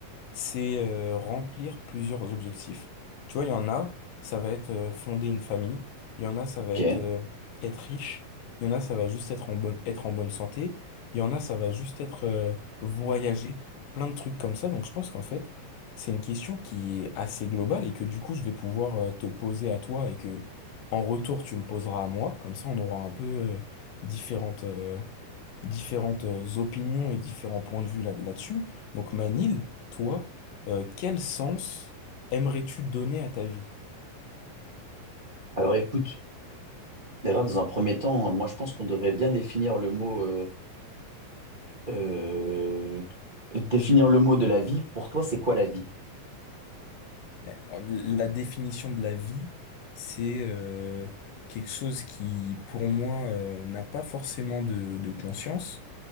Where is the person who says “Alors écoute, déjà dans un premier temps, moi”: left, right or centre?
Right